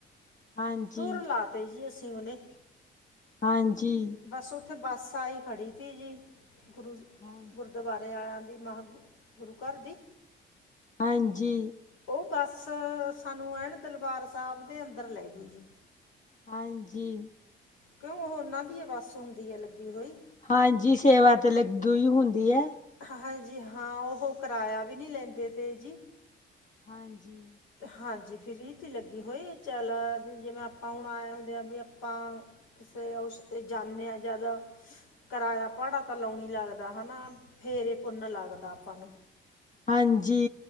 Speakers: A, on the left; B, on the left.
A: ਹਾਂਜੀ,
B: ਤੁਰ ਲਾ ਤੇ ਜੀ, ਅਸੀਂ ਉਹਨੇ।
A: ਹਾਂਜੀ।
B: ਬੱਸ, ਉੱਥੇ ਬੱਸ ਆਈ ਖੜ੍ਹੀ ਤੀ ਜੀ। ਗੁਰੂ
A: ਹਾਂ
B: ਗੁਰਦੁਆਰਾ ਵਾਲੇ ਆਏਆ ਦੀ, ਮੇਹ ਗੁਰੂ ਘਰ ਦੀ।
A: ਹਾਂਜੀ।
B: ਉਹ ਬੱਸ ਸਾਨੂੰ, ਐਨ ਦਲਬਾਰ ਸਾਹਿਬ ਦੇ ਅੰਦਰ ਲੈ ਗਈ ਜੀ।
A: ਹਾਂਜੀ।
B: ਕਿਉ ਉਹੋ ਉਹਨਾ ਦੀ ਬੱਸ ਹੁੰਦੀ ਹੈ, ਲੱਗੀ ਹੋਈ।
A: ਹਾਂਜੀ, ਸੇਵਾ ਤੇ ਲੱਗੀਓ ਹੀ ਹੁੰਦੀ ਐ।
B: ਹਾਂਜੀ। ਹਾਂ, ਉਹ ਕਿਰਾਇਆ ਵੀ ਨੀ ਲੈਂਦੇ ਤੇ ਜੀ।
A: ਹਾਂਜੀ।
B: ਹਾਂਜੀ, ਫਰੀ ਤੇ ਲੱਗੀ ਹੋਈ, ਚੱਲ ਵੀ ਜਿਵੇਂ-ਆਪਾਂ ਹੁਣ ਆਏ ਹੁੰਦੇ ਆ ਵੀ ਆਪਾਂ ਕਿਸੇ ਉਸਤੇ ਜਾਂਨੇ ਆ ਜਦੋਂ ਕਰਾਇਆ ਭਾੜਾ ਤਾਂ ਲਾਉਣ ਨੀ ਲੱਗਦਾ। ਹਨਾ ਫੇਰ ਈ ਪੁੰਨ ਲੱਗਦਾ ਆਪਾਂ ਨੂੰ।
A: ਹਾਂਜੀ।